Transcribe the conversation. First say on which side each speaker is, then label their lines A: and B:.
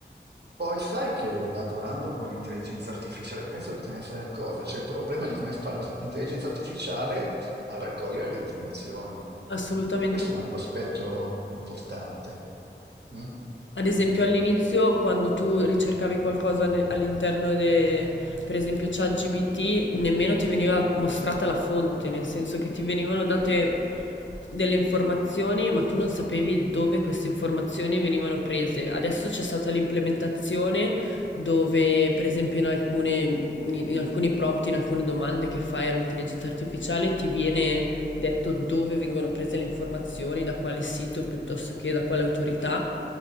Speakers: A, on the right; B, on the left.
A: Poi sai che lavorando con l'intelligenza artificiale, penso che te ne sei accorta, c'è il problema di come fa l'intelligenza artificiale a raccogliere le informazioni.
B: Assolutamente
A: Questo è un altro aspetto importante. Mm.
B: Ad esempio, all'inizio, quando tu ricercavi qualcosa ne- all'interno de, per esempio, ChatGPT, nemmeno ti veniva mostrata la fonte, nel senso che ti venivano date delle informazioni, ma tu non sapevi dove queste informazioni venivano prese. Adesso c'è stata l'implementazione dove, per esempio, in alcune- in in alcuni prompt, in alcune domande che fai all'intelligenza artificiale, ti viene detto dove vengono prese le informazioni, da quale sito piuttosto che da quale autorità.